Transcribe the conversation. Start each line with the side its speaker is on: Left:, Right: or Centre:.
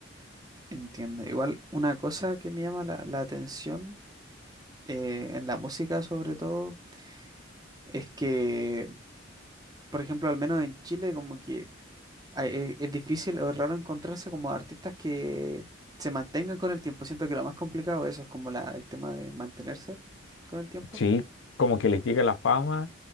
Right: Entiendo. Igual una cosa que me llama la, la atención eh, en la música sobre todo es que, por ejemplo, al menos en Chile como que Ay, eh, Es difícil o raro encontrarse como artistas que se mantengan con el tiempo. Siento que lo más complicado eso es como la, el tema de mantenerse con el tiempo.
Left: Sí, como que les llega la fama,